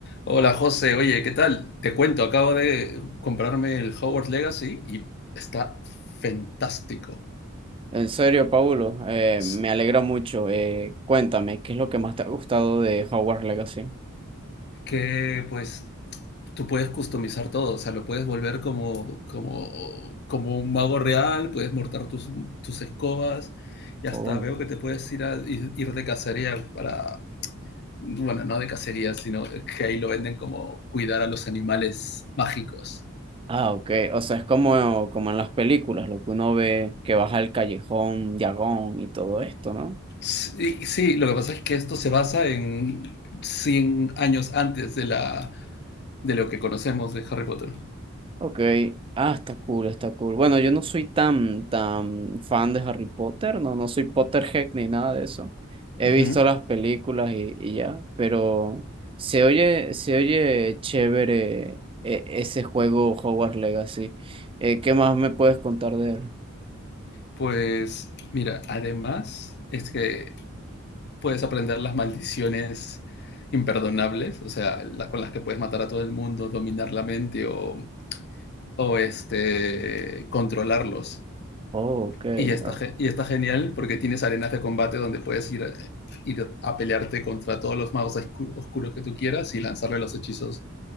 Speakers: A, on the left (about 55°); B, on the right (about 25°).
A: Hola José, oye, ¿qué tal? Te cuento, acabo de comprarme el Hogwarts Legacy y está fantástico.
B: En serio, Paulo, eh,
A: Es
B: me alegra mucho. Eh, cuéntame, ¿qué es lo que más te ha gustado de Hogwarts Legacy?
A: que pues tú puedes customizar todo, o sea, lo puedes volver como, como, como un mago real, puedes mortar tus, tus escobas y hasta
B: Oh.
A: veo que te puedes ir, a, ir, ir de cacería para, bueno, no de cacería, sino que ahí lo venden como cuidar a los animales mágicos.
B: Ah, ok. O sea, es como, como en las películas, lo que uno ve que baja el callejón, Diagon y todo esto, ¿no?
A: Sí, sí, lo que pasa es que esto se basa en 100 años antes de, la, de lo que conocemos de Harry Potter.
B: Ok, ah, está cool, está cool. Bueno, yo no soy tan, tan fan de Harry Potter, no, no soy Potterhead ni nada de eso. He
A: Ujú.
B: visto las películas y, y ya, pero se oye, se oye chévere eh, ese juego Hogwarts Legacy. Eh, ¿qué más me puedes contar de él?
A: Pues mira, además es que puedes aprender las maldiciones imperdonables, o sea, la- con las que puedes matar a todo el mundo, dominar la mente o, o, este, controlarlos.
B: Oh, ok,
A: Y está,
B: ah,
A: ge- y está genial porque tienes arenas de combate donde puedes ir, ir a pelearte contra todos los magos oscu- oscuros que tú quieras y lanzarle los hechizos